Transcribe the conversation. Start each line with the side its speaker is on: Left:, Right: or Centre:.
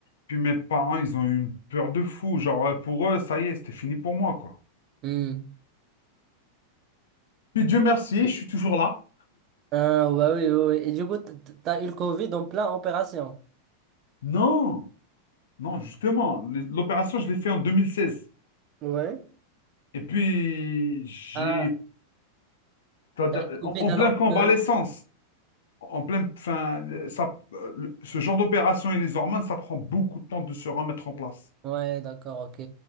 Left: Puis mes parents, ils ont eu une peur de fou. Genre, euh, pour eux, ça y est, c'était fini pour moi, quoi.
Right: hmm.
Left: Puis Dieu merci, je suis toujours là.
Right: Ah, bah oui, oui, oui. Et du coup, t- t- t'as eu le Covid en plein opération.
Left: Non, non, justement, le- l'opération, je l'ai fait en 2016.
Right: Ouais.
Left: Et puis, j'ai,
Right: Ah,
Left: c'est-à-dire,
Right: t'as eu le Covid
Left: en en
Right: alors
Left: pleine convalescence.
Right: que...
Left: En plein, enfin, ça, le- ce genre d'opération et les hormones, ça prend beaucoup de temps de se remettre en place.
Right: Ouais, d'accord, ok.